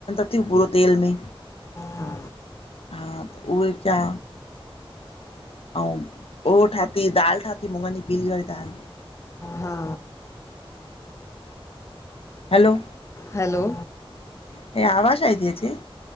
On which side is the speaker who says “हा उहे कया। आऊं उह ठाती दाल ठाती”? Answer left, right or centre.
Left